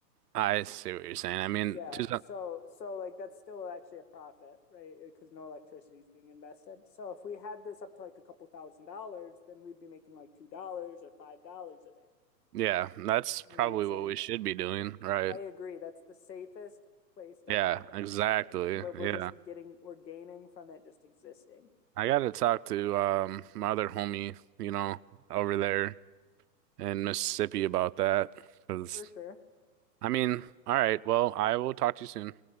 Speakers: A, on the right; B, on the left.
A: I see what you're saying. I mean,
B: Yeah,
A: two cents.
B: so so like that's still actually a profit, right? Because no electricity is being invested. So if we had this up to like a couple thousand dollars, then we'd be making like two dollars or five dollars a day.
A: Yeah, that's probably
B: You know what I'm saying?
A: what we should be doing, right?
B: I agree. That's the safest place to
A: Yeah,
B: have it,
A: exactly.
B: kind of thing, where we're
A: Yeah.
B: just getting we're gaining from it just existing.
A: I gotta talk to um my other homie, you know, over there in Mississippi about that. 'Cause
B: For sure.
A: I mean, all right, well, I will talk to you soon.